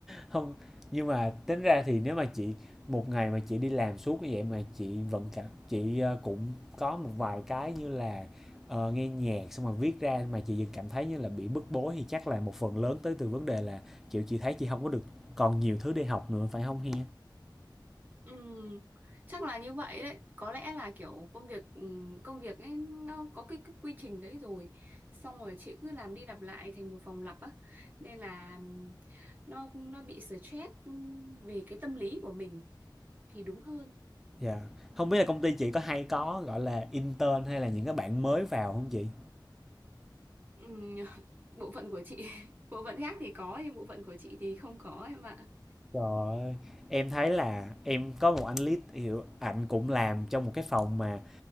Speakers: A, in the centre; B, on the right (about 20°).
A: Hông, nhưng mà tính ra thì nếu mà chị một ngày mà chị đi làm suốt như vậy mà chị vẫn cảm chị, ờ, cũng có một vài cái như là, ờ, nghe nhạc xong rồi viết ra mà chị vẫn cảm thấy như là bị bức bối thì chắc là một phần lớn tới từ vấn đề là, kiểu, chị thấy chị không có được còn nhiều thứ để học nữa, phải không he?
B: Ừm, chắc là như vậy đấy. Có lẽ là kiểu công việc ừm, công việc ấy nó có cái, cái quy trình đấy rồi. Xong rồi chị cứ làm đi làm lại thành một vòng lặp á. Nên là ừm, nó nó bị stress ừm, về cái tâm lý của mình thì đúng hơn.
A: Dạ. yeah. không biết là công ty chị có hay có, gọi là, intern hay là những cái bạn mới vào không chị?
B: Ừm, <laughs> bộ phận của chị, <laughs> bộ phận khác thì có nhưng bộ phận của chị thì không có em ạ.
A: Trời ơi, em thấy là em có một anh lead hiểu ảnh cũng làm trong một cái phòng mà